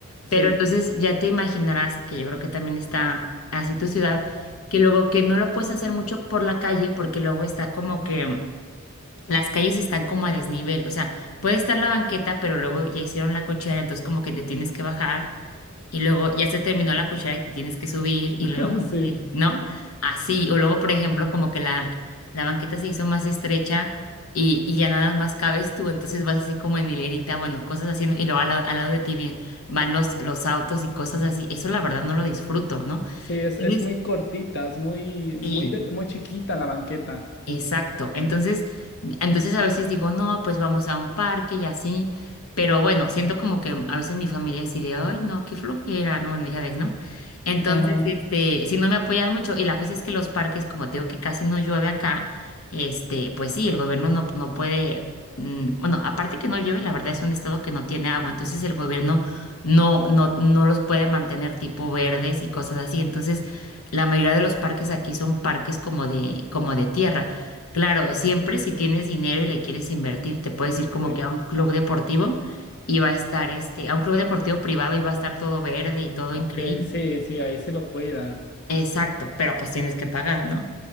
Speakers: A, on the left; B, on the left.
A: Sí,
B: Pero entonces ya te imaginarás, que yo creo que también está así tu ciudad, que luego que no lo puedes hacer mucho por la calle, porque luego está como que las calles están como a desnivel. O sea, puede estar la banqueta, pero luego ya hicieron la cochera, entonces como que te tienes que bajar. Y luego ya se terminó la cuchara y te tienes que subir
A: <laughs>
B: y luego, este,
A: sí,
B: ¿no? Así. O luego, por ejemplo, como que la, la banqueta se hizo más estrecha y, y ya nada más cabes tú, entonces vas así como en hilerita, bueno, cosas así, ¿no? Y luego al, lado al lado de ti vi- van los, los autos y cosas así. Eso la verdad no lo disfruto, ¿no?
A: sí, es,
B: Entonces,
A: es muy cortita, es muy, muy,
B: Sí.
A: del- muy chiquita la banqueta.
B: Exacto. Entonces, entonces a veces digo, no, pues vamos a un parque y así. Pero bueno, siento como que a veces mi familia así de, ay, no, qué flojera, no, bueno, ya ves, ¿no? Entonces,
A: Ajá,
B: este, si no me apoyan mucho, y la cosa es que los parques, como te digo que casi no llueve acá, este, pues sí, el gobierno no, no puede, mm, bueno, aparte que no llueve, la verdad es un estado que no tiene agua, entonces el gobierno no, no, no los puede mantener tipo verdes y cosas así. Entonces, la mayoría de los parques aquí son parques como de, como de tierra. Claro, siempre si tienes dinero y le quieres invertir, te puedes ir como
A: sí,
B: que a un club deportivo y va a estar este, a un club deportivo privado y va a estar todo verde y todo increíble.
A: ok, sí, sí, ahí sí lo cuidan.
B: Exacto, pero pues tienes que pagar, ¿no?